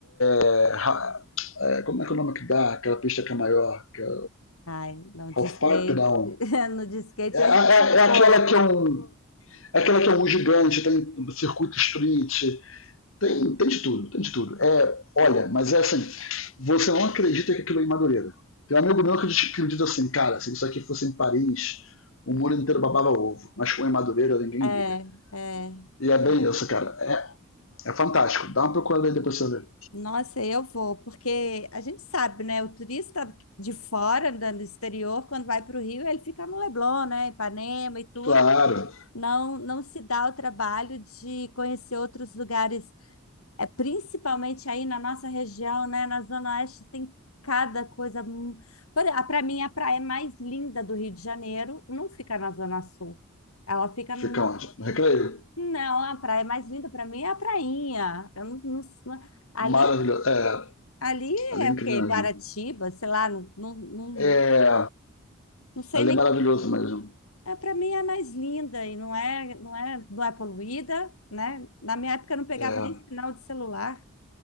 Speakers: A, on the left; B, on the left.
A: é, é, como é que é o nome que dá, aquela pista que é maior, que é
B: Ai, não de
A: Halfpipe,
B: skate,
A: não.
B: <laughs> no de skate
A: É,
B: eu
A: é-
B: entendo
A: é
B: pouco.
A: aquela que é um é aquela que é um gigante, tem um circuito street, Tem, tem de tudo, tem de tudo. É,
B: Cara,
A: olha, mas é assim, você não acredita que aquilo é em Madureira. Tem um amigo meu que diz- que diz assim, cara, se isso aqui fosse em Paris, o mundo inteiro babava ovo, mas com em Madureira ninguém
B: é,
A: liga.
B: é.
A: E é bem
B: é.
A: isso, cara. É, é fantástico. Dá uma procurada aí depois pra você ver.
B: Nossa, eu vou, porque a gente sabe, né? O turista de fora, da- do exterior, quando vai para o Rio, ele fica no Leblon, né? Ipanema e tudo.
A: Claro.
B: Não, não se dá o trabalho de conhecer outros lugares, é, principalmente aí na nossa região, né? Na Zona Oeste tem cada coisa. Para mim, a praia mais linda do Rio de Janeiro não fica na Zona Sul. Ela fica no...
A: Fica onde? No Recreio?
B: Não, a praia mais linda para mim é a prainha. Eu não, não- não- ali
A: Maravilhoso. É,
B: Ali
A: ali
B: é
A: é incrível
B: o quê? Guaratiba,
A: mesmo.
B: sei lá, não, não, não,
A: É,
B: não sei
A: ali
B: nem.
A: é maravilhoso mesmo.
B: É, para mim é mais linda e não é, não é, não é poluída, né? Na minha época eu não pegava
A: É,
B: nem sinal de celular.